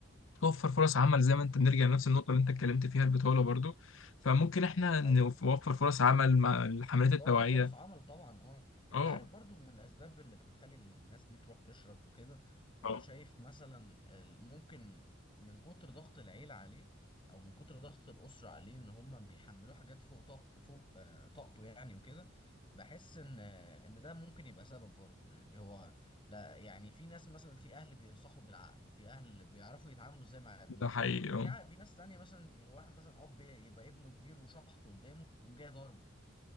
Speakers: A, on the left; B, on the left.
A: توفر فرص عمل زي ما انت بنرجع لنفس النقطة اللي انت اتكلمت فيها البطولة برضو فممكن احنا نوفر
B: ايوه
A: فرص عمل مع الحملات التوعية
B: توفر فرص عمل طبعا اه انت
A: اه
B: عارف برضو من الاسباب اللي بتخلي الناس دي تروح تشرب وكده انا
A: اه
B: شايف مثلا ال- ممكن من كتر ضغط العيلة عليه او من كتر ضغط الاسرة عليه ان هم بيحملوه حاجات فوق طاق فوق آه، طاقته يعني وكده بحس ان آه، ان ده ممكن يبقى سبب برضو يعني هو لا يعني في ناس مثلا في اهل بينصحوا بالعقل وفي اهل بيعرفوا يتعاملوا ازاي مع ابنهم
A: ده حقيقي اه
B: في ع- في ناس تانية مثلا واحد مثلا اب يبقى ابنه كبير وشحط قدامه يقوم جاي ضاربه